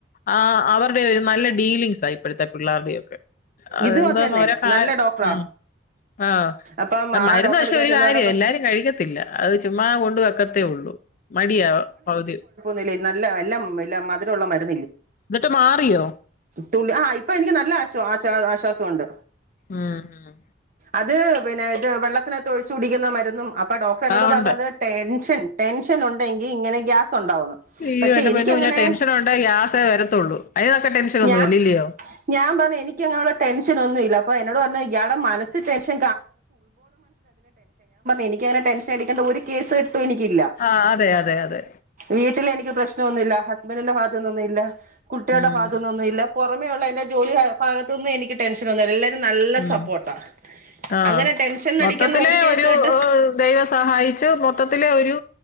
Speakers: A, on the left; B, on the right.
A: ആ അവരുടെ ഒരു നല്ല ഡീലിംഗ്സാ ഇപ്പഴ്ത്തെ പിള്ളാർടേത് അതെന്താന്നോ
B: ഇതും അത് തന്നെ
A: ഓരോ
B: നല്ല ഡോക്ടറാ
A: ഉം ആഹ്
B: അപ്പം ആ
A: മരുന്ന്
B: ഡോക്ടറെ
A: പക്ഷെ
B: എടുക്കാൻ
A: ഒരു
B: ചെന്ന്
A: കാര്യം
B: പറഞ്ഞപ്പ
A: എല്ലാരും കഴിക്കത്തില്ല അത് ചുമ്മാ കൊണ്ട് വെക്കത്തേ ഉള്ളൂ മടിയ പകുതി
B: നില് നല്ല എല്ലാം ഇല്ല മധുരം ഉള്ള മരുന്ന്
A: എന്നിട്ട് മാറിയോ
B: തുള്ളി ആ ഇപ്പം എനിക്ക് നല്ല ആശ് ആശാ ആശ്വാസം ഉണ്ട്
A: ഉം ഉം
B: അത് പിന്നെ ഇത് വെള്ളത്തിനാത്ത് ഒഴിച്ചു കുടിക്കുന്ന മരുന്നും അപ്പം ഡോക്ടർ എന്നോട്
A: ആഹ്
B: പറഞ്ഞത്
A: ഉണ്ട്
B: ടേൻഷൻ ടെൻഷൻ ഉണ്ടെങ്കി ഇങ്ങനെ ഗ്യാസ് ഉണ്ടാവുന്നു
A: അയ്യോ
B: പക്ഷെ
A: എന്റെ
B: എനിക്കങ്ങനെ
A: പൊന്നോ ഞാൻ ടെൻഷൻ ഒണ്ടേ ഗ്യാസേ വരത്തുള്ളൂ അയിനൊക്കെ ടെൻഷൻ ഒന്നും
B: ഞാ
A: ഇല്ല ഇല്ലിയോ
B: ഞാൻ പറഞ്ഞു എനിക്ക് ടെൻഷൻ ഒന്നും ഇല്ല അപ്പ എന്നോട് പറഞ്ഞു ഇയാളെ മനസ്സിൽ ടെൻഷൻ എനിക്കങ്ങനെ ടെൻഷൻ അടിക്കണ്ട ഒരു കേസു കെട്ടും എനിക്കില്ല
A: ആഹ് അതെ അതെ അതെ
B: വീട്ടിൽ എനിക്ക് പ്രശ് പ്രശ്നൊന്നും ഇല്ല ഹസ്ബൻ്റിന്റെ ഭാഗത്ത്ന്നൊന്നും ഇല്ല കുട്ടികളുടെ
A: ഉം
B: ഭാഗത്ത്ന്നൊന്നും ഇല്ല പുറമേ ഉള്ള എന്റെ ജോലി കാ ഭാഗത്തുനിന്നും എനിക്ക് ടെൻഷൻ ഒന്നും ഇല്ല എല്ലരും നല്ല
A: ഉം
B: സപ്പോർട്ടാ
A: ആഹ്
B: അങ്ങനെ ടെൻഷൻ
A: മൊത്തത്തിലേ
B: അടിക്കുന്ന കേസ്
A: ഒരു
B: കെട്ട്
A: ദൈവം സഹായിച്ച് മൊത്തത്തിലേ ഒരു